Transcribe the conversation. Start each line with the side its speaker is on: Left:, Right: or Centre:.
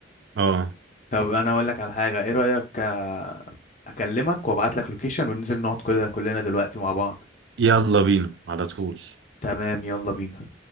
Right: اه
Left: طب انا هقول لك على حاجة ايه رأيك آه، اكلمك وابعت لك لوكيشن وننزل نقعد كده كلنا دلوقتي مع بعض
Right: يلا بينا على طول
Left: تمام يلا بينا